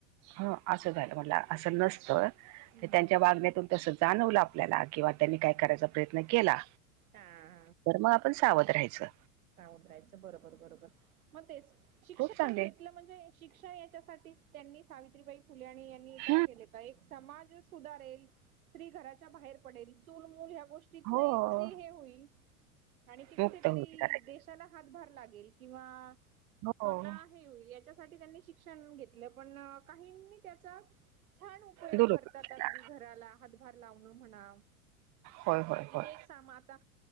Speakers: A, on the right (about 40°); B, on the right (about 80°).
A: ह असं झालं म्हट असं नसतं
B: हम्म
A: तर त्यांच्या वागण्याततून तसं जाणवलं आपल्याला किंवा त्यांनी काय करायचा प्रयत्न केला.
B: हा.
A: तर मग आपण सावध राहायचं.
B: उतरायचं बरोबर बरोबर मग ते शिक्षण
A: खूप चांगले
B: घेतलं म्हणजे शिक्षा याच्यासाठी त्यांनी सावित्रीबाई फुलेणी यांनी काय
A: हं,
B: केले. एक समाज सुधारेल स्त्री घराच्या बाहेर पडेल चूल मूल ह्या गोष्टी
A: हो
B: नाही त हे होईल आणि ती कुठेतरी
A: मुक्त होईल करायची
B: देशाला हातभार लागेल किंवा
A: हो
B: स्वतः हे होईल या त्यां शिक्षण घेत पण काहीनी त्याचा छान उपयोग
A: दुरुपयोग
B: करतात
A: केला
B: अगदी घराला हातभार लावण म्हणा
A: होय होय
B: बाकीचे
A: होय
B: सामा आता